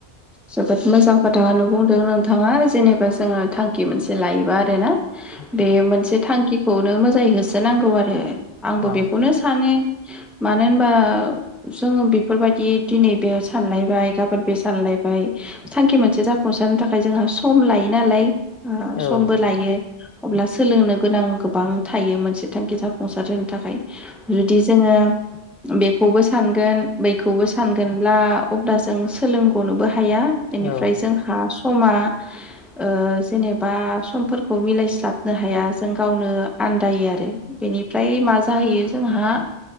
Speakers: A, in the centre; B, on the left.
A: जोबोद मोजां खोथाखौनो बुंदों नोंथाङा जेनेबा जोङो थांखि मोनसे लायोबा आरोना
B: लुबैबाय
A: बे मोनसे थांखिखौनो मोजाङै होसोनांगौ आरो आंबो
B: औ
A: बेखौनो सानो मानो होनबा जोङो बेफोरबायदि दिनै बे साननाय बाय गाबोन बे सानलायबाय थांखि मोनसे जाफुंसारनो थाखाय जोंहा सम लायो नालाय
B: औ
A: समबो लायो अब्ला सोलोंनो गोनां गोबां थायो मोनसे थांखि जाफुंसार होनो थाखाय जुदि जोङो बेखौबो सानगोन बैखौबो सानगोनब्ला अब्ला जों सोलोंग'नोबो हा हाया बेनिफ्राय
B: औ
A: जोंहा स समा ओ जेनेबा समफोरखौ मिलायस्लाबनो हाया जों गावनो आन्दायो आरो बेनिफ्राय मा जाहैयो जोंहा